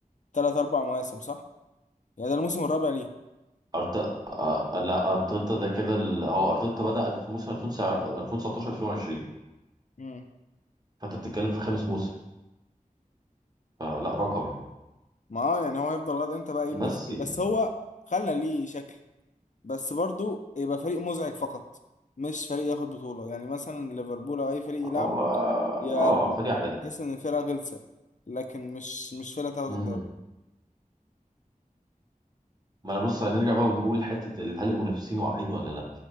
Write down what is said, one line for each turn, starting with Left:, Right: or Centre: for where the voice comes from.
Left: 3 4 مواسم صح يعني ده الموسم الرابع ليه
Right: أرت... آه... لا ارتيتا ده كده ال... هو ارتيتا بدأ في موسم 2019 2020
Left: امم
Right: فانت بتتكلم في خمس موسم فلا رقم يعني
Left: ما آه، يعني هو هيفضل لغايه امتى بقى
Right: بس
Left: يبني الفريق
Right: يعني
Left: بس هو خلى ليه شكل بس برضو يبقى فريق مزعج فقط مش فريق ياخد بطوله يعني مثلا ليفربول او اي فريق يلعبه
Right: هو
Left: يا
Right: اه فدي
Left: بتحس
Right: عادي
Left: ان الفرقه غلسه لكن مش مش فرقه تاخد
Right: امم
Left: الدوري
Right: ما انا بص هنرجع بقى ونقول حتة ال- هل المنافسين واقعين ولا لا